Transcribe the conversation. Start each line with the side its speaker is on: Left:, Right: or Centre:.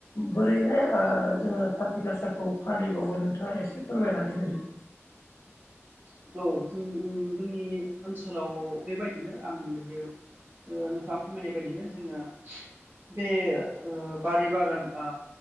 Left: बोरैहाय ओ जोङो कारति गासाखौ फालिबावो नोंथाङा एसे फोरमायनानै होदों।
Right: औ जों जोंनि ओनसोलाव बेबायदिनो आं दायो नोंथाङा फोरमायनाय बायदिनो जोङो बे ओ बारि बागान ओ